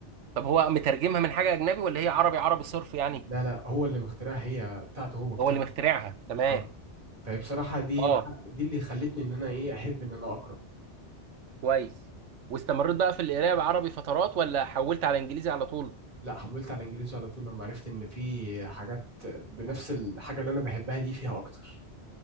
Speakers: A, on the right; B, on the right.
A: طب هو مترجمها من حاجه اجنبي ولا هي عربي عربي صرف يعني
B: لا لا هو اللي مخترعها هي بتاعته هو كتاب
A: هو اللي مخترعها تمام
B: اه فهي بصراحة دي
A: اه
B: الح- دي اللي خلتني ان انا ايه احب ان انا اقرا
A: كويس واستمريت بقى في القراءه بعربي فترات ولا حولت على انجليزي على طول
B: لا حولت على انجليزي على طول لما عرفت ان في حاجات بنفس الحاجة اللي انا بحبها دي فيها اكتر